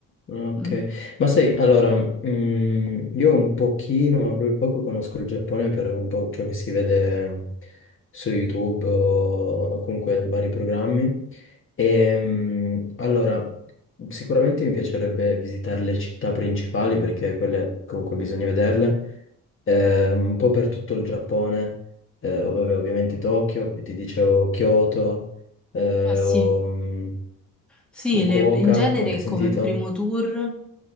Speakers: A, on the left; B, in the centre.
A: Ok,
B: Mm.
A: ma sai, allora, mm, io un pochino, ma proprio poco conosco il Giappone per un po' ciò che si vede su YouTube o comunque vari programmi. E, mm, allora, sicuramente mi piacerebbe visitare le città principali perché quelle comunque bisogna vederle, Eh, un po' per tutto il Giappone, eh, ov- vabbè, ovviamente Tokyo, poi ti dicevo Kyoto, eh,
B: Eh sì.
A: o, mm,
B: Sì,
A: Fukuoka,
B: le- in genere
A: ho anche sentito.
B: come primo tour,